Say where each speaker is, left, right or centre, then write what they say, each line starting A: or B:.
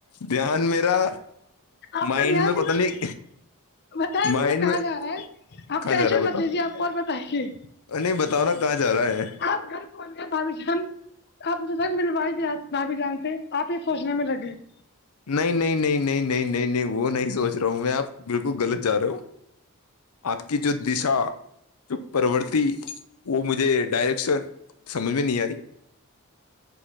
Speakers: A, on the left; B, on the left.
A: دھیان میرا
B: آپ
A: مائنڈ
B: کا دھیان
A: میں پت نہیں
B: بتائے
A: مائنڈ
B: مجھے کہاں
A: میں
B: جا رہا ہے آپ
A: کہاں
B: کییشے
A: جا رہا ہے بتاؤ
B: مت لیجیے آپ کو اور بتائیے
A: نہیں بتاؤ نا کہاں جا رہا ہے
B: آپ بھابھی جان آپ سب ملوائی دیا بھابھی جان سے آپ یہ سوچنے میں لگے <inaudible>
A: نہیں نہیں نہیں نہیں نہیں نہیں نہیں وہ نہیں سوچ رہا ہوں میں آپ بالکل غلط جا رہا ہوں آپ کی جو دشا جو پرورتی وہ مجھے ڈائریکشن سمجھ میں نہیں آ رہی